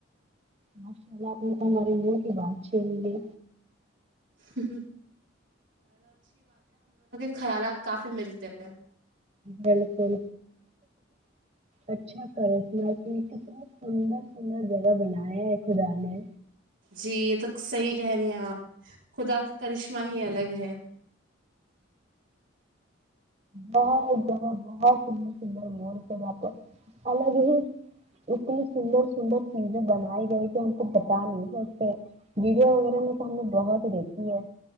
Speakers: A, on the right; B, on the right.
A: ماشاء اللہ آ نے تو ہماریے م کی بات چ گی
B: ہ ہ خیالات کافی ملتے ہیں
A: بالکل اچھا کرسنا کتنا سندر سندر جگہ بنایا ہے خدا نے
B: جی یہ تو صحی کہہ رہی ہیں آپ خدا کا کرشمہ ہی الگ ہے
A: بہت زدہ بہت سندر سندر مول تھ یہاں پر الگ ہی اتنی سندر سندر چیزیں بنائی گئی کہ ہم کو بتا نہیں سکتے ویڈیو وغیرہ میں تو ہم نے بہت دیکھی ہے